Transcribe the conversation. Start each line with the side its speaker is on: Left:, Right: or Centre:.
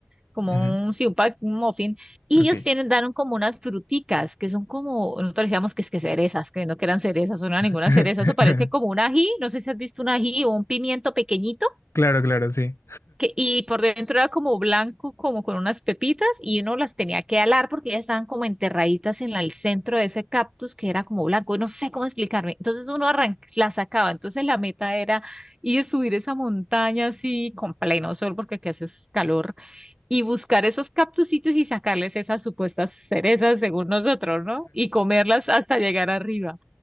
Right: como
Left: Ujú,
Right: un, sí, un, pa- un muffin, y
Left: Ok.
Right: ellos tienen, dan como unas fruticas, que son como, nosotros decíamos que es que cerezas, creyendo que eran cerezas, o no eran
Left: <laughs>
Right: ninguna cereza, eso parece como un ají, no sé si has visto un ají o un pimiento pequeñito,
Left: Claro, claro, sí.
Right: que- y por dentro era como blanco, como con unas pepitas, y uno las tenía que alar porque ya estaban como enterraditas en la- el centro de ese cactus que era como blanco, y no sé cómo explicarme. Entonces uno arran- la sacaba, entonces la meta era ir a subir esa montaña así con pleno sol porque aquí hace calor, y buscar esos cactusitos y sacarles esas supuestas cerezas según nosotros, ¿no? Y comerlas hasta llegar arriba.